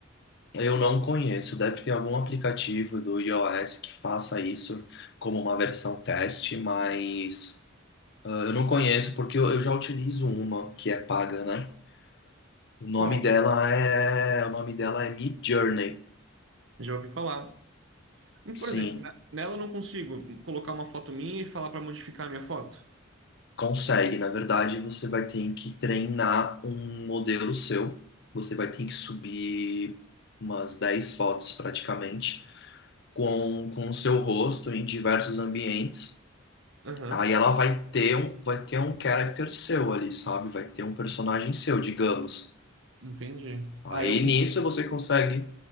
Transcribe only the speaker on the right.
Qual?
Já ouvi falar.
Por exemplo, na- nela eu não consigo colocar uma foto minha e falar para modificar a minha foto.
Aham.
Entendi.
Ah, eu cons-